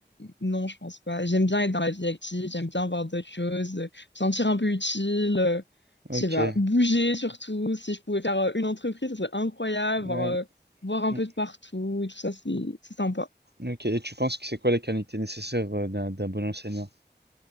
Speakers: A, on the left; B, on the right.
A: non, je pense pas. J'aime bien être dans la vie active, j'aime bien voir d'autres choses, euh, me sentir un peu utile, euh,
B: Ok.
A: je sais pas, bouger surtout. Si je pouvais faire euh, une entreprise, ça serait incroyable,
B: ouais,
A: voir, euh, voir un
B: mm,
A: peu de partout et tout ça, c'est c'est sympa.
B: ok. Et tu penses que c'est quoi les qualités nécessaires euh, d'un d'un bon enseignant?